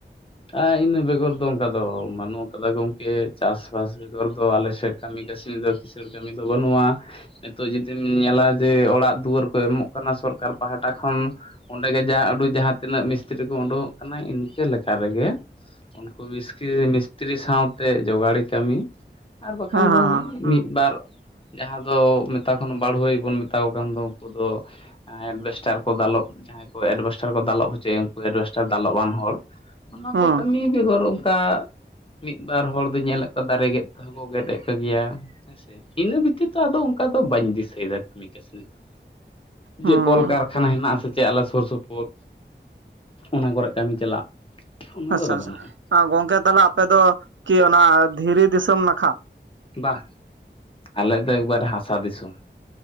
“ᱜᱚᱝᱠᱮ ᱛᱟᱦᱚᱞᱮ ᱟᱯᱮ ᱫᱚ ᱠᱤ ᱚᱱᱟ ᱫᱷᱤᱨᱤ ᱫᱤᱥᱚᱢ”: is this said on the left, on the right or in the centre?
Right